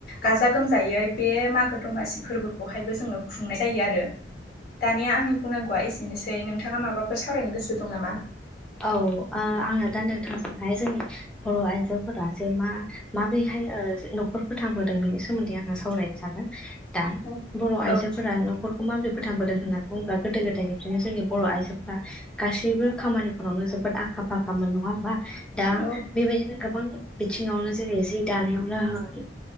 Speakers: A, on the left; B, in the centre.
A: गाजा गोमजायै बे मागो दमासि फोरबोखौहायबो जोंङो खुंनाय जायो आरो दानिया आंनि बुंनांगौआ एसेनोसै नोंथांङा माबाफोर सावरायनो गोसो दं नामा
B: औ ओ आंङो दा नोंथांजोंहाय जोंनि बर आइजोफोरा जे मा माबोरैहाय ओ नखर फोथांबोदों बेनि सोमोन्दै आंङो सावरायनो सानदों दा
A: औ
B: बर आइजोफोरा
A: औ
B: न खरखौ माबोरै फोथांबोदों होननानै बुंङोब्ला गोदो गोदायनिफ्रायनो जोंनि बर आइजोफोरा गासैबो खामानि फोरावनो जोबोद आखा फाखामोन नङा होमबा दा
A: औ
B: बेबायदिनो गोबां बिथिंङावनो जेरै जि दानायावनो होन